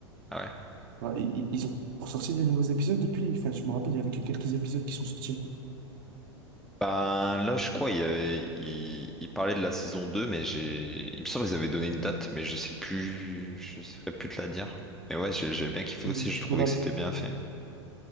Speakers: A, in the centre; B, on the right.
A: Ah ouais.
B: Ouais, ils, ils ils ont sorti des nouveaux épisodes depuis. Enfin, je me rappelle, il y avait que quelques épisodes qui sont sortis.
A: Ben là, je crois, il, y avait- il... il parlait de la saison 2, mais j'ai... Il me semble qu'ils avaient donné une date, mais je sais plus... Je saurais plus te la dire. Mais ouais, j'ai j'ai bien kiffé
B: Du
A: aussi, je trouvais
B: coup, là,
A: que c'était bien fait.